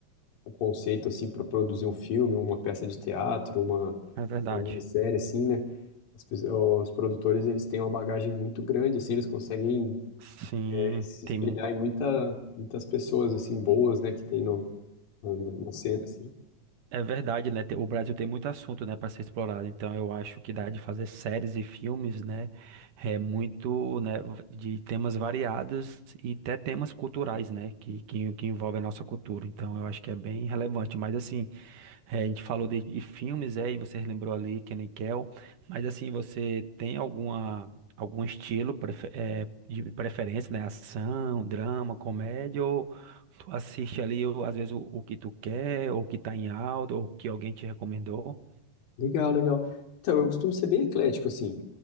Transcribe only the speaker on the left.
um conceito assim para produzir um filme, uma peça de teatro, uma,
uma minissérie assim, né? As pe- os produtores eles têm uma bagagem muito grande, assim, eles conseguem
é, se espelhar
em muita, muitas pessoas assim boas, né, que tem no, no- na cena assim.
Legal, legal. Então, eu costumo ser bem eclético assim,